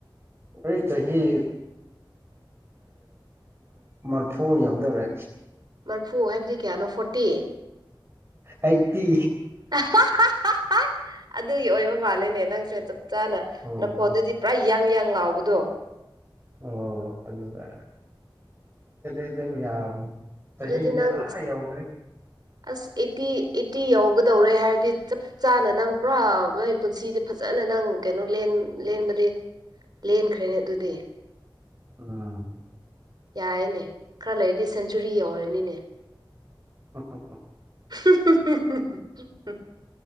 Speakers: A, on the right (about 30°); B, on the right (about 55°).
A: ꯑꯏ ꯆꯍꯤꯍꯤ ꯃꯔꯐꯨ ꯌꯥꯎꯗꯔꯦ
B: ꯃꯔꯐꯨ ꯍꯥꯏꯕꯗꯤ ꯀꯌꯥꯅꯣ ꯐꯣꯔꯇꯤ
A: ꯑꯩꯇꯤ
B: ꯑ ꯍꯥꯍꯥꯍꯥ ꯑꯗꯨꯒꯤ ꯑꯣꯏꯕ ꯃꯥꯂꯦꯅꯦ ꯅꯪꯁꯦ ꯆꯞ ꯆꯥꯅ
A: ꯎꯝ
B: ꯅꯈꯣꯟꯗꯗꯤ ꯄꯨꯔꯥ ꯌꯥꯡ ꯌꯥꯡ ꯂꯥꯎꯕꯗꯣ
A: ꯑꯣ ꯑꯗꯨꯖ ꯑꯗꯨꯝ ꯌꯥ ꯆꯍꯤꯗꯤ
B: ꯑꯗꯨꯗꯤ ꯅꯪ
A: ꯑꯥ ꯌꯥꯎꯈ꯭ꯔꯦ
B: ꯑꯁ ꯑꯩꯠꯇꯤ ꯑꯩꯠꯇꯤ ꯌꯎꯒꯗꯧꯔꯦ ꯍꯥꯏꯔꯗꯤ ꯆꯞ ꯆꯥꯅ ꯅꯪ ꯄꯨꯔꯥ ꯅꯪ ꯄꯨꯟꯁꯤꯗꯤ ꯐꯖꯅ ꯅꯪ ꯀꯩꯅꯣ ꯂꯦꯟꯕꯗꯤ ꯂꯦꯟꯈ꯭ꯔꯦꯅꯦ ꯑꯗꯨꯗꯤ
A: ꯎꯝ
B: ꯌꯥꯌꯦꯅꯦ ꯈꯔ ꯂꯩꯔꯗꯤ ꯁꯦꯟꯆꯨꯔꯤ ꯌꯧꯔꯅꯤꯅꯦ
A: ꯎꯝ ꯎ ꯎꯝ
B: ꯍꯍꯍꯍꯍ